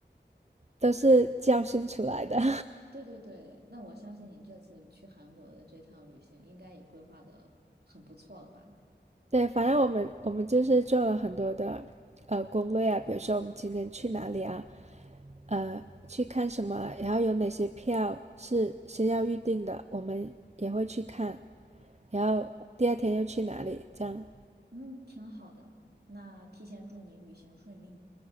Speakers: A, on the right; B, on the right.
A: 都是教训出来的。
B: 对对对，那我相信你这次去韩国的这趟旅行应该也规划的很不错了吧？
A: <laughs> 对，反正我们我们就是做了很多的呃攻略啊，比如说我们今天去哪里啊，呃去看什么啊然后有哪些票是先要预定的，我们也会去看，然后第二天又去哪里，这样。
B: 嗯，挺好的，那提前祝你旅行顺利。